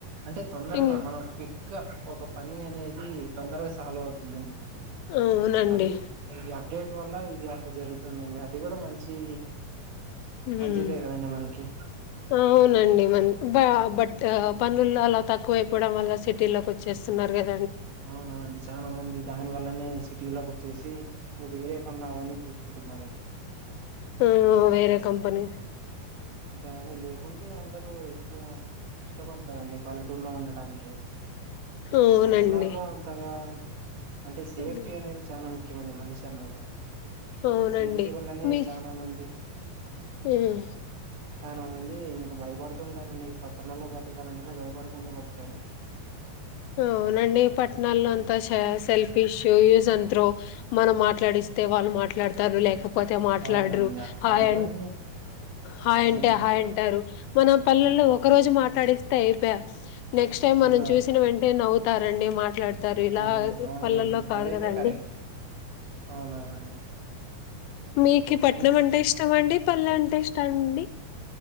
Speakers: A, on the right; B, on the left.
A: అంటే తొందరగా
B: ఇం
A: మనం ఇంకా ఒక పని అనేది తొందరగా సాల్వ్ అవుతుందండి
B: అవునండి
A: అది ఇ అప్డేట్ వల్ల ఇది అక్కడ జరుగుతుందండి అది కూడా మంచి
B: ఉమ్
A: మంచిదే కాదండి మనకి
B: అవునండి మ బ బట్ పనులు అలా తక్కువ అయిపోవడం వల్ల సిటీ లోకి వచ్చేస్తున్నారు కదా
A: అవుననండి చాలా మంది దాని వల్లనే సిటీలోకి వచ్చేసి ఇకా వేరే పనులు అవన్నీ చూస్త కుంటున్నారండి
B: ఆ వేరే కంపెనీ
A: అంతేగాని లేకుంటే అందరు ఎక్కువ ఇష్టపడతారండి పల్లెటూరులో ఉండటానికి
B: అవునండి
A: ఈ పట్టణాల్లో అంతగా అంటే సేఫ్టీ
B: హ్మ్.
A: అనేది చాలా ముఖ్యమండి మనిషి అన్నాక
B: అవునండి
A: ఆ సేఫ్టీ వల్లనే
B: మీ
A: చాలామంది
B: హ్మ్.
A: చాలా మంది ఇంకా భయపడుతుంటారండి ఇక పట్టణాల్లో బతకాల అంటే భయపడకుండా బతకాలి
B: అవునండి పట్టణాల్లో అంతా సెల్ఫీ షూ యూస్ అండ్ త్రో మనం మాట్లాడిస్తే వాళ్ళు మాట్లాడతారు లేకపోతే పోతే మాట్లాడరు
A: అవునవునండి అట్లాంటివన్నీ
B: హాయ్ హాయ్
A: అవునవును
B: అంటే హాయ్ అంటారు మన పల్లెలో ఒక రోజు మాట్లాడిస్తే అయిపోయా నెక్స్ట్ టైం
A: ఇంకా
B: మనం చూసిన వెంటే అవుతారండి మాట్ మాట్లాడతారు
A: అవునవును
B: ఇలా
A: అవునండి
B: పల్లల్లో కాదు
A: అదైతే
B: కదండి
A: కరెక్ట్ అవునవునండి
B: మీకు పట్నం
A: థ్యాంక్
B: అంటే ఇష్టమ అండి పల్లె అంటే ఇష్ట అండి